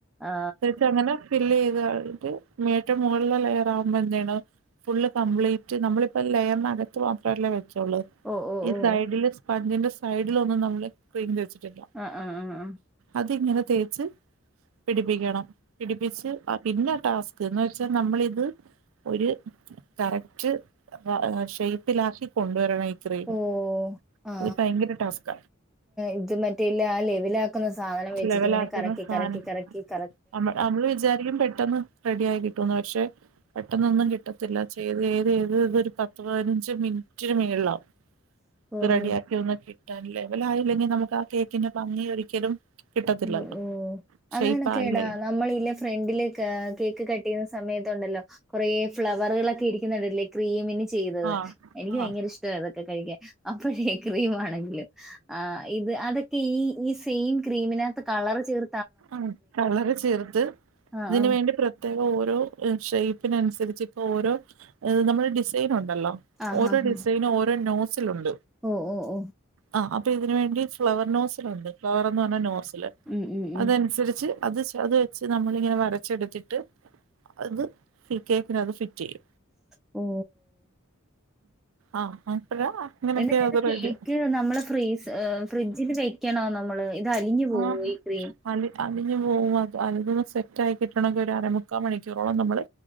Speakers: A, in the centre; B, on the right.
A: ആ
B: <unintelligible> അങ്ങനെ ഫില്ല് ചെയ്ത് കഴിഞ്ഞിട്ട് ഏറ്റവും മുകളിലെ ലെയറ് ആവുമ്പോ എന്ത് ചെയ്യണം, ഫുള്ള് കംപ്ലീറ്റ് നമ്മളിപ്പം ലെയറിനകത്ത് മാത്രമല്ലേ വെച്ചോള്.
A: ഓ ഓ.
B: ഈ
A: ഓ
B: സൈഡില് സ്പഞ്ചിന്റെ സൈഡില് ഒന്നും നമ്മള് ക്രീം തേച്ചിട്ടില്ല.
A: ആഹ് ആ ആ ആ.
B: അത് ഇങ്ങനെ തേച്ച് പിടിപ്പിക്കണം. പിടിപ്പിച്ച് ആ പിന്നെ ടാസ്ക്. എന്ന് വെച്ചാ നമ്മളിത് ഒരു കറക്റ്റ് വ ഷേപ്പിലാക്കി കൊണ്ടുവരണം ഈ ക്രീമ്
A: ഓ ആ
B: അത് ഭയങ്കര ടാസ്ക്ക.
A: ഇത് മറ്റേയില്ല ആ ലെവലാക്കുന്ന സാധനം വെച്ചിട്ട്
B: ലെവലാക്കുന്ന
A: ഇങ്ങനെ കറക്കി
B: സാനം
A: കറക്കി കറക്കി കറ
B: നമ്മ നമ്മള് വിചാരിക്കും പെട്ടെന്ന് റെഡി ആയി കിട്ടുന്ന്. പക്ഷെ പെട്ടെന്നൊന്നും കിട്ടത്തില്ല. ചെയ്ത് ചെയ്ത് ചെയ്ത് ഇത് ഒരു പത്ത് പതിനഞ്ച് മിനിറ്റിന് മേളിലാകും. ഇത്
A: ഓഹോ
B: റെഡിയാക്കി ഒന്ന് കിട്ടാൻ. ലെവലായില്ലെങ്കിൽ നമുക്ക് ആ കേക്കിന്റെ ഭംഗി ഒരിക്കലും, കിട്ടത്തില്ലല്ലോ
A: ഉം ഉം. അതും
B: ഷേയ്പ്പായില്ലേ
A: അങ്ങനെ കേടാകാ നമ്മളില്ലെ ഫ്രണ്ടില ക കേക്ക് കട്ട് ചെയ്യുന്ന സമയത്തുണ്ടല്ലോ, കുറേ ഫ്ലവറുകളൊക്കെ ഇരിക്കുന്നുണ്ടല്ലേ ക്രീമിന് ചെയ്തത്.
B: ആഹ്
A: എനിക്ക്
B: ആഹ്
A: ഭയങ്കര ഇഷ്ടവ അതൊക്കെ കഴിക്കാൻ. അപ്പഴേ ക്രീം ആണെങ്കിലും. ആ ഇത് അതെക്കെ ഈ ഈ സെയിം ക്രീമിനക ത്ത് കളർ ചേർ
B: ആ കളറ് ചേർത്ത്
A: ആ
B: ഇതിന്
A: ആ
B: വേണ്ടി പ്ര ത്യേകം ഓരോ ഷേപ്പിനനുസരിച്ച് ഇപ്പൊ ഓരോ നമ്മൾ ഡിസൈൻ ഉണ്ടല്ലോ,
A: ആഹ്
B: ഓരോ
A: ആഹ്
B: ഡിസൈനും
A: ആഹ്
B: ഓരോ നോസിലുണ്ട്.
A: ഓ ഓ ഓ
B: ആഹ് അപ്പൊ ഇതിന് വേണ്ടി ഫ്ലവർ നോസിലുണ്ട്. ഫ്ലവർന്ന് പറഞ്ഞാ നോസില്.
A: ഉം ഉം ഉം
B: അതനുസരിച്ച് അത് സൊ അത് വെച്ച് നമ്മളിങ്ങനെ വരച്ചെടുത്തിട്ട് അത് ഈ കേക്കിനത് ഫിറ്റ് ചെയും.
A: ഓ.
B: ആഹ് അപ്പഴ അങ്ങനെയൊക്കെ
A: എന്നട്ടത്
B: അത് റെഡി
A: കേക്ക് നമ്മള ഫ്രീസ് ആഹ് ഫ്രിഡ്ജിൽ വെക്കണോ നമ്മള്. ഇത് അലിഞ്ഞു പോകോ
B: ആഹ്
A: ഈ ക്രീം.
B: അലി അലിഞ്ഞ് പോവും. അത് ഒന്ന് സെറ്റ് ആയി കിട്ടണമെങ്കിൽ ഒരു അര മുക്കാൽ മണിക്കൂറോളം നമ്മള്